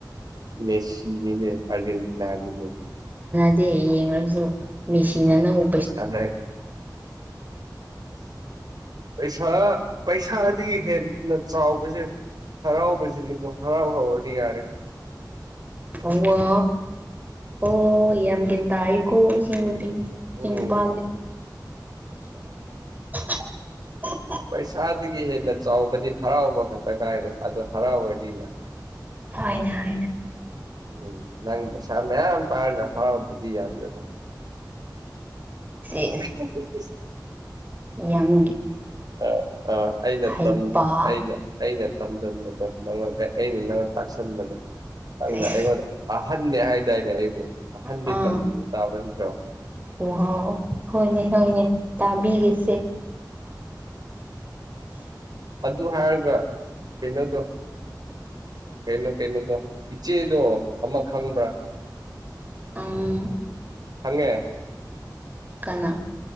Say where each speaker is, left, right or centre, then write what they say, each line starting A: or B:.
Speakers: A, on the right; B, on the right.
A: ꯃꯦꯁꯤ ꯒꯤꯅꯦ ꯑꯔꯖꯦꯟꯇꯤꯅ ꯅꯤꯅꯦ
B: ꯌꯦꯡꯔꯁꯨ ꯃꯦꯁꯤꯅ ꯅꯥꯪꯕꯨ
A: ꯑꯁ ꯄꯩꯁꯥ ꯄꯩꯁꯥꯗꯒꯤ ꯍꯦꯟꯅ ꯆꯥꯎꯕꯁꯦ ꯍꯔꯥꯎꯕꯁꯤꯅꯀꯣ ꯍꯔꯥꯎꯍꯧꯔꯗꯤ ꯌꯥꯔꯦ
B: ꯑꯋꯥ ꯑꯣ ꯌꯥꯝꯒ ꯇꯥꯏꯀꯣ ꯁꯤ
A: ꯎꯝ
B: ꯁꯤ ꯅꯨꯄꯥꯁꯦ <unintelligible>
A: ꯄꯩꯁꯥꯗꯒꯤ ꯍꯦꯟꯅ ꯆꯥꯎꯕꯗꯤ ꯍꯔꯥꯎꯕ ꯈꯛꯇ ꯉꯥꯏꯔꯦ ꯑꯗꯣ ꯍꯔꯥꯎꯕꯗꯤ
B: ꯍꯣꯏꯅꯦ ꯍꯣꯏ ꯅꯦ
A: ꯎꯝ ꯅꯪ ꯄꯩꯁꯥ ꯃꯌꯥꯝ ꯄꯥꯏꯔꯒ ꯍꯥꯎ ꯗꯗꯤ ꯌꯥꯗꯦ
B: ꯁꯤꯁ
A: <unintelligible>
B: <unintelligible>
A: ꯑ ꯑ ꯑꯩꯅ
B: ꯍꯩꯄꯥ
A: ꯇꯝ ꯑꯩꯅ ꯑꯩꯅ ꯇꯝꯖꯟꯕꯗꯣ ꯅꯪꯉꯣꯟꯗ ꯑꯩꯅ ꯅꯪꯉꯣꯟ ꯇꯥꯛꯁꯟꯕꯗꯣ ꯅꯪꯅ
B: ꯁꯤꯁ
A: ꯑꯩꯉꯣꯟꯗ ꯑ ꯑꯍꯟꯅꯅꯦ ꯍꯥꯏꯗꯥꯏꯅꯦ ꯑꯩꯕꯨ ꯑꯍꯟꯗꯤ
B: ꯑꯥ
A: ꯇꯝꯕꯤꯕꯨ ꯇꯥꯕ ꯅꯠꯇ꯭ꯔꯣ
B: ꯋꯥꯎ ꯍꯣꯏꯅꯦ ꯍꯣꯏꯅꯦ ꯇꯥꯕꯤꯒꯁꯦ
A: ꯑꯗꯨ ꯍꯥꯏꯔꯒ ꯀꯩꯅꯣꯗꯣ ꯀꯩꯅꯣ ꯀꯩꯅꯣꯗꯣ ꯏꯆꯦꯗꯣ ꯑꯃ ꯈꯪꯕ꯭ꯔꯥ
B: ꯑꯪ
A: ꯈꯪꯉꯦ
B: ꯀꯅꯥ